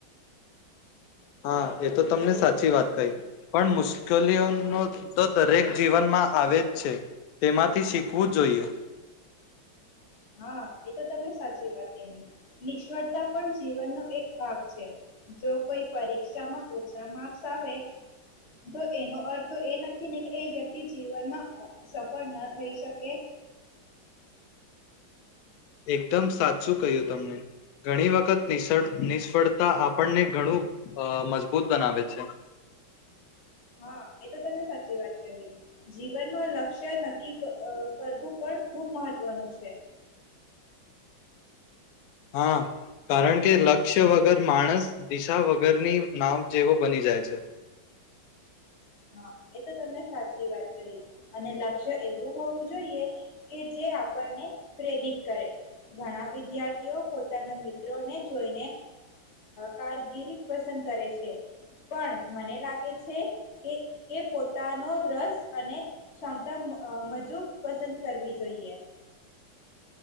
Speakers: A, on the left (about 85°); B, on the left (about 40°).
A: હા, એ તો તમને સાચી વાત કહી પણ મુશ્કેલીઓનો તો દરેક જીવનમાં આવે જ છે, તેમાંથી શીખવું જ જોઈએ
B: હા એ તો તમે સાચી વાત કહી નિષ્વળતા પણ જીવન નો એક ભાગ છે જો કોઈ પરિક ક્ષામાં ઓછા માર્ક્સ આવે તો એનો અર્થ એ નથી ને કે એ વ્યક્તિ જીવનમાં સફળ ન થઈ શકે
A: એકદમ સાચું કહ્યું તમને ઘણી વખત નિશળ નિષ્ફળતા આપણને ઘણું મજબૂત બનાવે છે
B: હા એ તો તમે સાચી વાત કહી જીવનમાં લક્ષ્ય નક્કી કરવું પણ ખુબ મહત્વનું છે
A: હા, કારણ કે લક્ષ્ય વગર માણસ દિશા વગરની નાવ જેવો બની જાય છે
B: હા, એ તો તમે સાચી વાત કહી અને લક્ષ્ય એવું હોવું જોઈએ કે જે આપણને પ્રેરિત કરે ઘણા વિદ્યાર્થીઓ પોતાના મિત્રોને જોઈને કારગિરી પસંદ કરે છે પણ મને લાગે છે કે એ પોતાનો રસ અને ક્ષમતા મજૂબ પસંદ કરવી જોઈએ